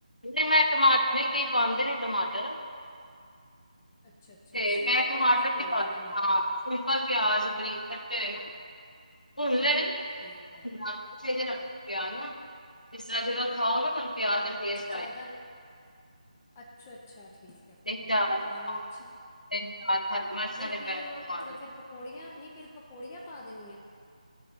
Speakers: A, on the left; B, on the left.
A: ਨਹੀਂ ਮੈਂ ਟਮਾਟਰ, ਕਈ ਪਾਂਦੇ ਨੇ ਟਮਾਟਰ।
B: ਅੱਛਾ-ਅੱਛਾ,
A: ਤੇ
B: ਸਿੰਪਲ
A: ਮੈਂ ਟਮਾਟਰ
B: ਪਿਆਜ਼ ਭੁੰਨ
A: ਵੀ ਪਾ
B: ਲੈਣੇ ਨੇ,
A: ਹਾਂ ਸਿੰਪਲ ਪਿਆਜ ਬਰੀਕ ਕੱਟੇ ਹੋਏ। ਭੁਣ ਲੈਣੇ। ਨੇ ਇੰਨੇ
B: ਠੀਕ
A: ਵੀ ਨੀ
B: ਹੈ।
A: ਭੁੰਨਣਾ ਕੱਚੇ ਜੇ ਰੱਖਣੇ ਨੇ ਪਿਆਜ ਨਾ ਜਿਸ ਤਰ੍ਹਾਂ ਜਦੋਂ ਖਾਓ ਨਾ ਤੁਹਾਨੂੰ ਪਿਆਜ ਦਾ ਟੇਸਟ
B: ਅੱਛਾ ਜਾਦਾ
A: ਆਏ
B: ਨਹੀਂ, ਅੱਛਾ-ਅੱਛਾ, ਠੀਕ ਹੈ ਫਿਰ
A: ਤਿੰਨ
B: ਮੈਂ
A: ਚਾਰ
B: ਵੀ ਬਣਾਵਾਂਗੀ
A: ਹਾਂ
B: ਇੰਜੀ,
A: ਤਿੰਨ ਚਾਰ ਹਰੀ ਮਿਰਚਾਂ
B: ਨਹੀਂ
A: ਦੇ
B: ਫਿਰ
A: ਪੈਕਟ ਪਾ
B: ਮਤਲਬ
A: ਦੋ
B: ਫੇਰ ਪਕੌੜੀਆਂ ਨੀ ਫਿਰ ਪਕੌੜੀਆਂ ਪਾ ਦੇਣੀਆਂ ਏ, ਕਿ